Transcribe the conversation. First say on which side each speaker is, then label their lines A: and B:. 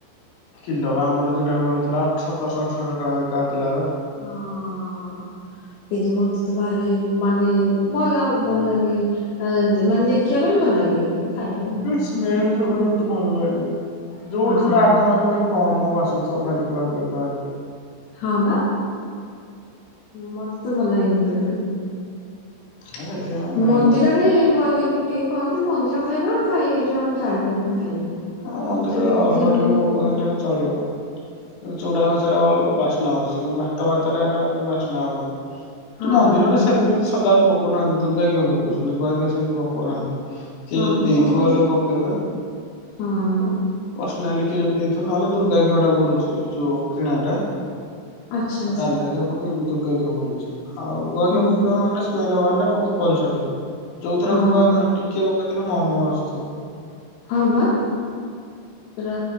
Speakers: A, on the left (about 90°); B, on the left (about 60°).
A: କିଲୋ ଆମର ଯୋଉଟାଇମ ରଉଥିଲା ଅଠ ସତଶହ ଅଠରଶହ ଟଙ୍କା ବିକା ହେଉଥିଲା ବା
B: ହଁ କିନ୍ତୁ ମତ୍ ତ ଭାରି ମାନେ ଭଲ ଭଲ ଲାଗେ ଆ ମାନେ ଦେଖିବା ପାଇଁ ଭଲ ଲାଗେ। ଖାଇବା ପାଇଁ ନୁହଁ
A: ସ୍ମେଲ ଯୋଉ ହୁଏ ମତେ ଭଲ ଲାଗେନି ଯୋଉଠି
B: ହଁ
A: ରେ ହାତ ମାରିବ ଖାଲି ମହ ମ କ ବସୁଥିବ ଖାଲି ଗୁଆଘିଅ ଗୁଆଘିଅ।
B: ହଁ ବା। ମତେ ତ ଭଲ ଲାଗେନି ଟୋଟାଲି।
A: ହଁ ସେଥିପାଇଁ ମୁଁ ଖାଏନି।
B: ମନ୍ଦିରରେ ଗୁଆଘିଅ ପକେଇକି କରନ୍ତି ମନ୍ଦିର ଖାଇବା ଖାଇ ହେଇଯିବ ଆମେ ଜାଣିପାରୁନି। ଖାଇବା କିନ୍ତୁ
A: ହଁ ମନ୍ଦିର
B: ଏଇଠି
A: ଅଳ୍ପ
B: ଆମେ
A: ଟିକେ
B: ଜାଣିବାକି
A: ପକଉଛନ୍ତି ହେଲେ ଚଳିବ। ଚୁଡା ଖସା ଅ ବାସ୍ନା ହଉଚି କିନ୍ତୁ ଭାତ ଭାତରେ ଏରା କିନ୍ତୁ ବାସ୍ନା ହବନି।
B: ହଁ
A: ତୁ ମନ୍ଦିରରେ
B: ହଁ
A: ସେମିତି ସଦାବେଳେ ପକଉନାହାନ୍ତି ଦୁର୍ଗା ଘିଅ ପକଉଛନ୍ତି ଗୁଆ ଘିଅ ସେମିତି ପକଉନାହାନ୍ତି। କି
B: ହଁ
A: ଯଦି
B: ମୁଁ
A: ଦେଇଥିବ
B: ସମତିକି
A: ବଲେ ପକେଇବେ।
B: ହଁ
A: ପସନାଲିକ ଯଦି ଦେଇଥିବ ନହେଲେ ଦୁର୍ଗା ଘିଅ ଟା ପଡୁଚି ଯୋଉ କିଣା ଟା।
B: ଆଚ୍ଛା
A: ଆଉ
B: ଆଚ୍ଛା।
A: ଡାଲଡା ଘିଅ ଦୁର୍ଗା ଘିଅ ପଡୁଛି ଆଉ ଗୁଆଘିଅ
B: ହୁଁ
A: ପକେଇବା ମାନେ ସ୍ମେଲ ହବ ମନେ କମ୍ପଲ୍ସରୀ। ଯୋଉଥିରେ
B: ହଁ
A: ପକାଅତ ଟିକିଏ ପକେଇଦେଲେ ମହ ମହ ବାସୁଥୁବ।
B: ହଁ ବା। ରା